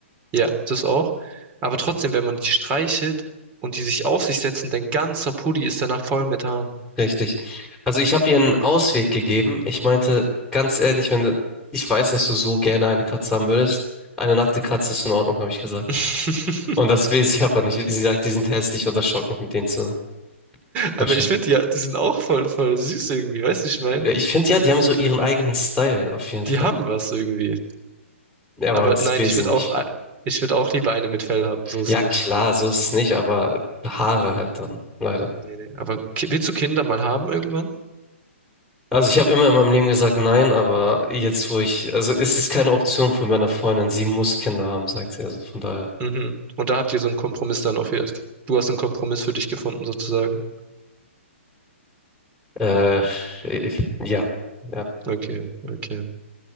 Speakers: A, on the right; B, in the centre.
A: Ja, das auch. Aber trotzdem, wenn man die streichelt und die sich auf sich setzen, dein ganzer Pulli ist danach voll mit Haaren.
B: Richtig. Also ich habe ihr einen Ausweg gegeben. Ich meinte, ganz ehrlich, wenn du, ich weiß, dass du so gerne eine Katze haben würdest. Eine nackte Katze ist in Ordnung, habe ich gesagt.
A: <laughs>
B: Und das will sie aber nicht. Sie sagt, die sind hässlich und das schockt mich, mit denen zu
A: Aber
B: kuscheln.
A: ich finde ja, die sind auch voll, voll süß irgendwie, weißt du, ich mein?
B: Ich finde ja, die haben so ihren eigenen Style, auf jeden Fall.
A: Die haben was irgendwie.
B: Ja, aber
A: Aber
B: das
A: nein,
B: will
A: ich
B: sie
A: würde
B: nicht.
A: auch, äh, ich würde auch lieber eine mit Fell haben, so ist
B: Ja,
A: nicht.
B: klar, so ist es nicht, aber Haare halt dann, leider.
A: Nee, nee. Aber ki- willst du Kinder mal haben irgendwann?
B: Also ich habe immer in meinem Leben gesagt nein, aber jetzt wo ich, also es ist keine Option für meine Freundin, sie muss Kinder haben, sagt sie. Also von daher,
A: Mhm. Und da habt ihr so einen Kompromiss dann auf, also du hast einen Kompromiss für dich gefunden sozusagen.
B: äh, ich, ja, ja.
A: Okay, okay.